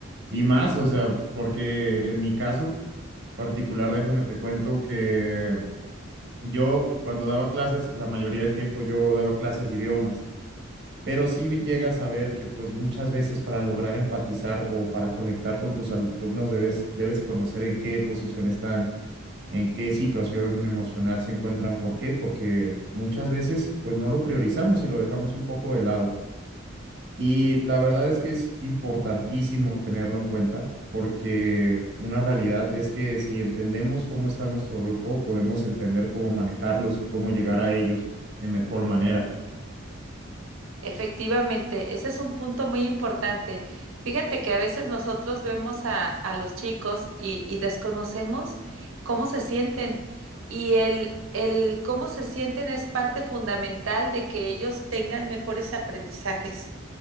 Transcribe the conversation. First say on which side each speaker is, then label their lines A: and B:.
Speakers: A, on the right (about 55°); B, on the right (about 80°).
A: Y más, o sea, porque en mi caso particular, déjame te cuento que yo cuando daba clases, la mayoría del tiempo yo daba clases de idiomas, pero sí llegas a ver que pues muchas veces para lograr empatizar o para conectar con tus alumnos debes, debes conocer en qué posición están, en qué situación emocional se encuentran. ¿Por qué? Porque muchas veces pues no lo priorizamos y lo dejamos un poco de lado. Y la verdad es que es importantísimo tenerlo en cuenta porque una realidad es que si entendemos cómo está nuestro grupo, podemos entender cómo manejarlos y cómo llegar a ellos de mejor manera.
B: Efectivamente, ese es un punto muy importante. Fíjate que a veces nosotros vemos a, a los chicos y, y desconocemos cómo se sienten y el, el cómo se sienten es parte fundamental de que ellos tengan mejores aprendizajes